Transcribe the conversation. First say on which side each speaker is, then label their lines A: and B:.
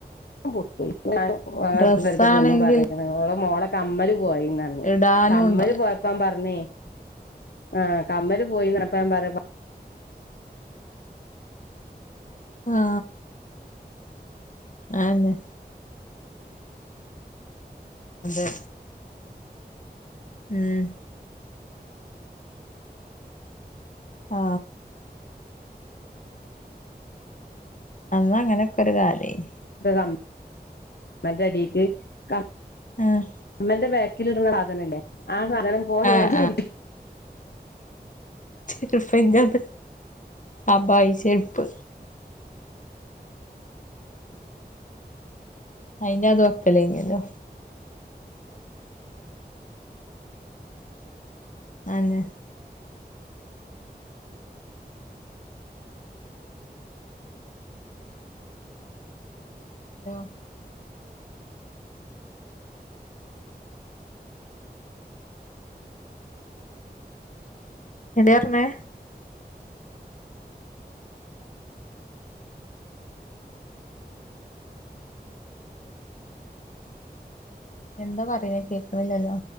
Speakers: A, on the left; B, on the left.
A: പൊട്ടി ഞാൻ അടുത്ത
B: ഡ്രസ്സാണെങ്കില്
A: പെരേത്തെ പെണ്ണും പറഞ്ഞേക്കണ് ഓളെ മോളെ കമ്മല് പോയിന്ന് പറഞ്ഞു
B: ഇടാനും
A: കമ്മല്
B: ഉണ്ടാവൂല
A: പോയ അപ്പൻ പറഞ്ഞേ ആ കമ്മല് പോയിന്നപ്പ ൻ പറ
B: ആ ആന്നെ അതെ ഉം ആ അന്ന് അങ്ങനെയൊക്കെ ഒരു കാലേനി
A: കമ് മറ്റടീക്ക് ക
B: ആഹ്
A: മന്റെ ബാ ക്കിലിടുന്ന സാധനല്ലേ ആ സാധനം പോയ
B: ആഹ്
A: <unintelligible>
B: ചെരുപ്പ് എത് അബായി ചെരുപ്പ് അയിന്റെ അത് വക്കലേന്യാല്ലോ അതെ ഹലോ എന്താ പറഞ്ഞേ എന്താ പറയണേ കേക്കുന്നില്ലല്ലോ